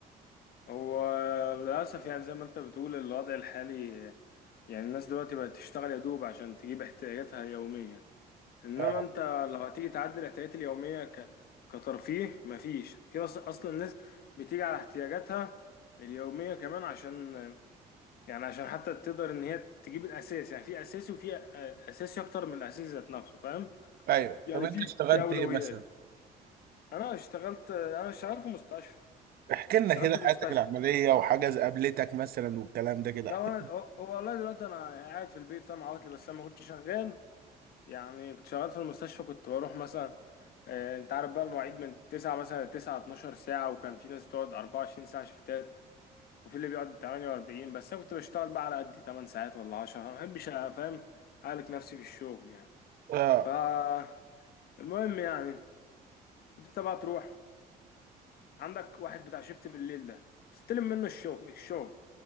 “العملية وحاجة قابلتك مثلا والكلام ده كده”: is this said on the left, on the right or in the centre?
Right